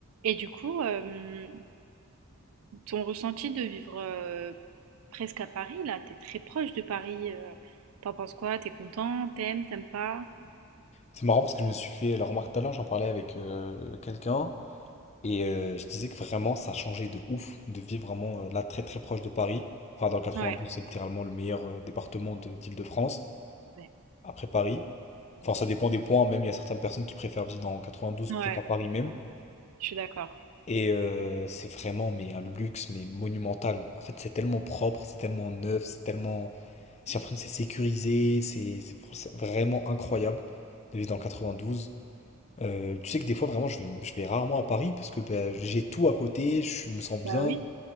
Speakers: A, on the right; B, on the left.
A: Et du coup, hem, ton ressenti de vivre, heu, presque à Paris là, t'es très proche de Paris, heu, tu penses quoi? T'es content? T'aimes T'aimes pas?
B: C'est marrant parce que je me suis fait la remarque tout à l'heure, j'en parlais avec euh, quelqu'un et euh, je disais que vraiment ça a changé de ouf de vivre vraiment euh, là très très proche de Paris. Enfin, dans le 92,
A: Ouais,
B: c'est littéralement le meilleur euh, département de- d'Île-de-France
A: ouais,
B: après Paris. Enfin, ça dépend des points, même il y a certaines personnes qui préfèrent vivre dans 92
A: ouais,
B: plutôt qu'à Paris même.
A: je suis d'accord.
B: Et euh, c'est vraiment mais un luxe mais monumental. En fait, c'est tellement propre, c'est tellement neuf, c'est tellement. J'ai l'impression que c'est sécurisé, c'est c'est- c'est vraiment incroyable de vivre dans le 92. Euh, tu sais que des fois, vraiment, je vais, je vais rarement à Paris parce que ben, j'ai tout à côté, je me sens bien.
A: Bah oui,